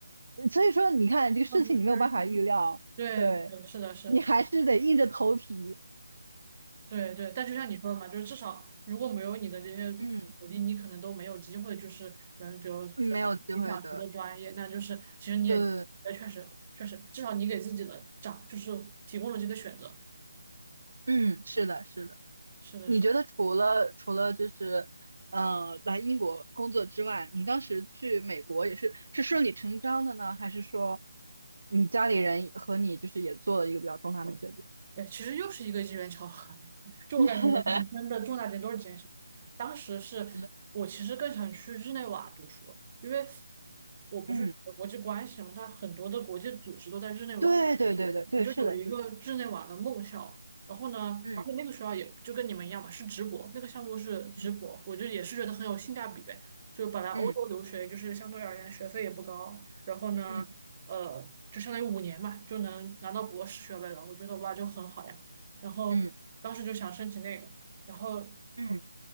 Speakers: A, on the right; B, on the right.
A: 嗯所以说你看这个事情你没有办法预料，
B: 跟他们学习，对对，
A: 对
B: 是的，是的，
A: 你还是得硬着头皮，
B: 对对。但就像你说的嘛，就是至少如果没有你的这些
A: 嗯，
B: 努力，你可能都没有机会，就是能，比如说你想学的专业，
A: 没有机会的。
B: 那就是其实你也，
A: 对，
B: 也确实确实，至少你给自己的长，就是提供了这个选择。
A: 嗯，是的，是的。
B: 是的，
A: 你觉得除了除了就是呃来英国工作之外，
B: 是的。
A: 你当时去美国也是是顺理成章的呢，还是说你家里人和你就是也做了一个比较重大的决定？
B: 对，其实又是一个机缘巧合。<laughs> 就我感觉我的人生的重大点都是这缘巧合当时是我其实更想去日内瓦读书，
A: <laughs> 是的
B: 因为我不是学国际关系嘛，
A: 嗯，
B: 它很多的国际组织都在日内瓦。
A: 对对对对对，
B: 我就有一个日内瓦的梦校，
A: 是的，是的，
B: 然后呢，
A: 嗯
B: 而且那个学校也就跟你们一样嘛，是直博，那个项目是直博，
A: 嗯
B: 我就也是觉得很有性价比呗。就本来欧洲留学就是相对而言学费也不高，
A: 嗯
B: 然后呢，
A: 嗯
B: 呃，就相当于五年嘛，就能拿到博士学位了，我觉得哇就很好呀。然后当时就想申请那个，
A: 嗯
B: 然后。
A: 嗯，